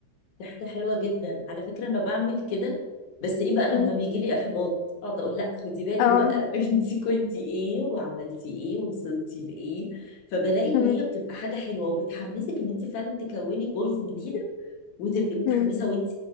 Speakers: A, on the left (about 70°); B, on the left (about 85°).
A: دي حاجه حلوه جدا على فكره انا بعمل كده بس ايه بقى لما
B: مم.
A: بيجي لي احباط اقعد اقول لا خدي بالك
B: اه
A: بقى <laughs> انت كنتي ايه وعملتي ايه ووصلتي لايه فبلاقي ان
B: مم.
A: هي بتبقى حاجه حلوه وبتحمسك ان انت فعلا تكوني جولز جديده وتبقي متحمسه
B: مم.
A: وانت